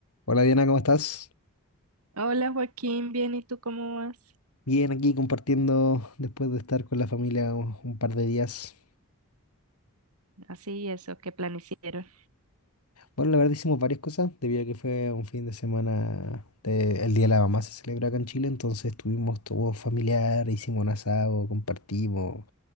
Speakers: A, on the left; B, on the right.
A: Hola Diana, ¿cómo estás?
B: Hola Joaquín, bien, ¿y tú cómo vas?
A: Bien, aquí compartiendo después de estar con la familia un, un par de días.
B: Así, eso, ¿qué plan hicieron?
A: Bueno, la verdad hicimos varias cosas, debido a que fue un fin de semana, de- el Día de la Mamá se celebra acá en Chile, entonces estuvimos todo familiar, hicimos un asado, compartimos,